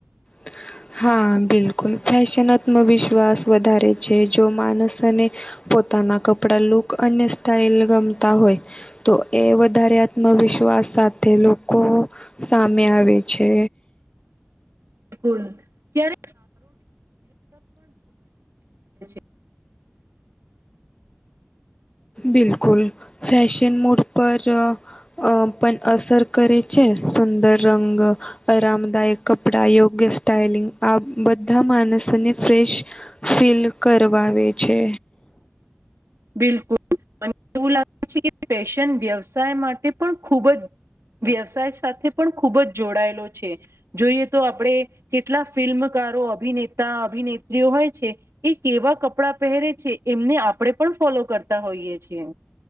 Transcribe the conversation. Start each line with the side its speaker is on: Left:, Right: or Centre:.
Left: <inaudible> હા બિલકુલ ફેશન આત્મવિશ્વાસ વધારે છે જો માણસને પોતાના કપડા લુક અને સ્ટાઈલ ગમતા હોય. તો એ વધારે આત્મવિશ્વાસ સાથે લોકો સામે આવે છે.
Right: કુલ ક્યારે. <unintelligible>
Left: બિલકુલ ફેશન મોડ પર અ પણ અસર કરે છે સુંદર રંગ આરામદાયક કપડા યોગ્ય સ્ટાઈલિંગ આ બધા માણસોને ફ્રેશ ફિલ કરવાવે છે.
Right: બિલકુલ મ એવું લાગે છે કે ફેશન વ્યવસાય માટે પણ ખૂબ જ વ્યવસાય સાથે પણ ખૂબ જ જોડાયેલો છે જોઈએ. તો આપણે કેટલા ફિલ્મકારો અભિનેતા અભિનેત્રીઓ હોય છે એ કેવા કપડા પહેરે છે એમને આપણે પણ ફોલો કરતા હોઈએ છીએ.